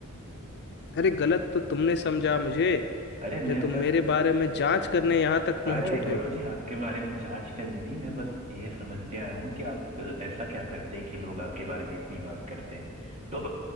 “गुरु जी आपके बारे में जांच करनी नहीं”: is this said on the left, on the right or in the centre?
Right